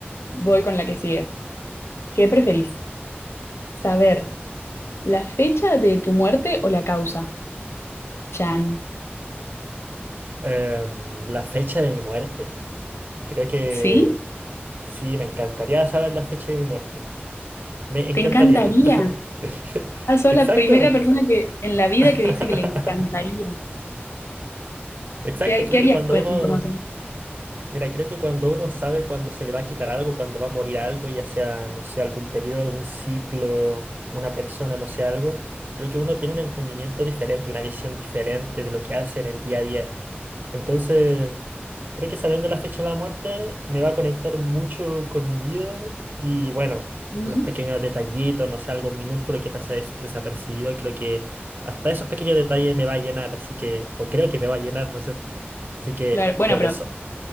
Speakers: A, on the left (about 85°); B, on the right (about 50°).
A: voy con la que sigue. ¿Qué preferís? ¿Saber la fecha de tu muerte o la causa? Chan.
B: Em, la fecha de mi muerte. Creo que
A: ¿Sí?
B: sí, me encantaría saber la fecha de mi muerte. Me encantaría,
A: ¿Te encantaría?
B: de hecho. <laughs>
A: Ah, sos
B: Exacto.
A: la primera persona que en la vida
B: <laughs>
A: que dice que le encantaría.
B: Exacto,
A: ¿Qué,
B: creo
A: qué harías
B: que cuando
A: con
B: uno,
A: esa información?
B: mira, creo que cuando uno sabe cuándo se le va a quitar algo, cuándo va a morir algo, ya sea, no sé, algún periodo, un ciclo, una persona, no sé, algo, creo que uno tiene un entendimiento diferente, una visión diferente de lo que hace en el día a día. Entonces, creo que sabiendo la fecha de la muerte me va a conectar mucho con mi vida y bueno,
A: Ujú.
B: los pequeños detallitos, no sé, algo minúsculo que pasa des- desapercibido, creo que hasta esos pequeños detalles me va a llenar, así que, o creo que me va a llenar, no sé. Así que,
A: Claro, bueno,
B: por
A: pero
B: eso.